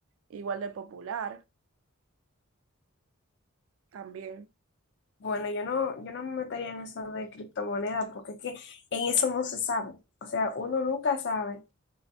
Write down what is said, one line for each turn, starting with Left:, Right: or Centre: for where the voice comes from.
Right: igual de popular también.
Left: Bueno, yo no, yo no me metería en eso de criptomonedas porque es que en eso no se sabe. O sea, uno nunca sabe